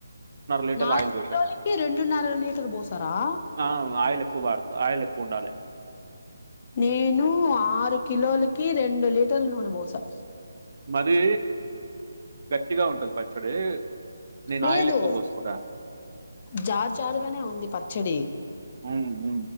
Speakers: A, on the right; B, on the left.
A: లీటర్ల
B: నాలుగు
A: ఆయిల్ పోసా.
B: కిలోలకి రెండున్నర లీటర్ పోసారా
A: ఆ ఆయిల్ ఎక్కువ వా డతు ఆయిల్ ఎక్కువ ఉండాలి
B: నేను ఆరు కిలోలకి రెండు లీటర్ల నూనె పోసా
A: మరీ గట్టిగా ఉంటది పచ్చడి నేనా
B: లేదు
A: ఆయిల్ ఎక్కువ పోసుకుంట
B: జార్ జారుగానే ఉంది పచ్చడి
A: అవువు